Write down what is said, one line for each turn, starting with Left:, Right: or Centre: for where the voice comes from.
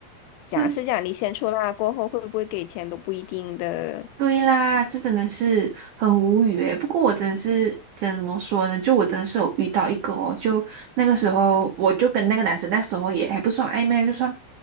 Left: 讲是讲你先出啦，
Right: <laughs>
Left: 过后会不会给钱都不一定的。
Right: 对啦，就真的是很无语诶。不过我真的是怎么说呢？就我真的是有遇到一个哦，就那个时候我就跟那个男生那时候也还不算暧昧，就算